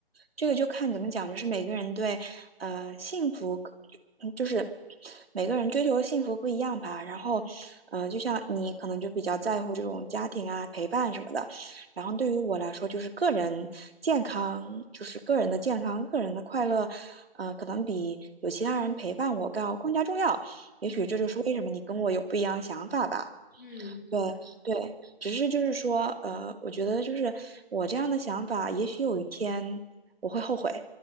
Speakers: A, on the right; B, on the left.
A: 这个就看怎么讲，就是每个人对呃幸福，嗯就是每个人追求的幸福不一样吧。然后，呃，就像你可能就比较在乎这种家庭啊、陪伴什么的。然后对于我来说，就是个人健康，就是个人的健康、个人的快乐，呃，可能比有其他人陪伴我更更加重要。也许这就是为什么你跟我有不一样的想法吧。
B: 嗯嗯，
A: 对对，
B: 是的，
A: 只是就是说，呃，我觉得就是我这样的想法，也许有一天我会后悔，